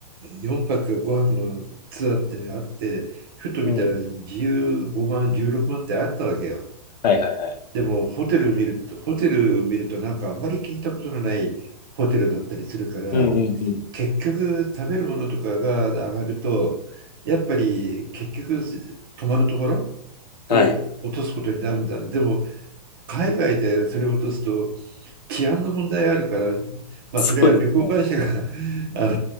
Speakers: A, on the right; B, on the left.
A: 4泊か5泊のツアーってね、あって、ふと見たら15万、
B: うん。
A: 16万ってあったわけよ。
B: はいはいはい。
A: でも、ホテル見ると、ホテル見るとなんかあんまり聞いたことのないホテルだったりするから、
B: うんうんうん。
A: 結局食べるものとかが上がると、やっぱり結局泊まるところ
B: はい。
A: を落とすことになるんだ。でも、海外でそれを落とすと、治安の問題があるから、まあ、
B: そうですね。
A: それは旅行会社が <laughs> あの